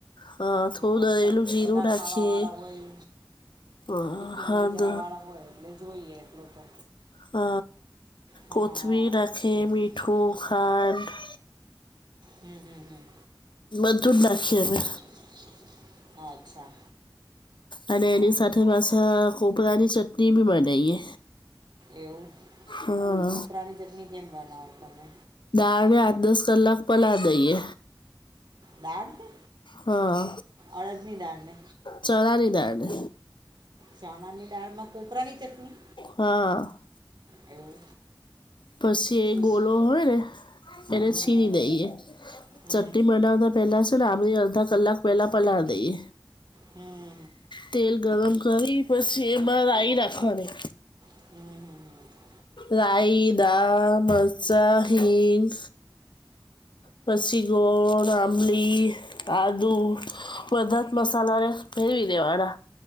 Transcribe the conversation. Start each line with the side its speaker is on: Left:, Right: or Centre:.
Left: હા થોડું
Right: હ
Left: દળેલું જીરું
Right: બધા
Left: નાખીએ
Right: ખાવા વાળા હોય એ
Left: હા
Right: ટિફિન
Left: હદ
Right: લઈ જવા વાળા હોય એટલે જોઈએ એટલું તો
Left: હ
Right: હા
Left: કોથમીર નાખી
Right: હમ
Left: મીઠું
Right: હમ
Left: ખાંડ
Right: હમ હમ હમ
Left: બધું નાખી એઅમે
Right: હમ અચ્છા
Left: અને
Right: હા
Left: એની સાથે
Right: હા હા.
Left: પાછા કોપરાની ચટણી બી બનાવીએ
Right: એવું
Left: હા
Right: કોપરાની ચટણી કેમ બનાવો તમે
Left: દાળને આઠ દસ કલાક પલા દઈએ
Right: દાળ ને
Left: હા
Right: અડદની દાળને
Left: ચણા ની દાળ ને
Right: ચણાની દાળમાં કોપરાની ચટણી
Left: હા
Right: એવું
Left: પછી
Right: ઠીક
Left: એ ગોલો હોય ને એને
Right: હમ
Left: છીરી દઈએ
Right: હમ
Left: ચટણી બનાવતા પહેલાં છેને આબંલી અડધા કલાક પહેલાં પલાળી દઈએ.
Right: હમ હમ
Left: તેલ ગરમ કરી પછી એમાં રાહી નાખવાની
Right: હમ હમ હમ
Left: રાઇ દાળ મરચા હીંગ પસીગોળ આંબલી. આદું બધા જ મસાલાને ફેરવી દેવાના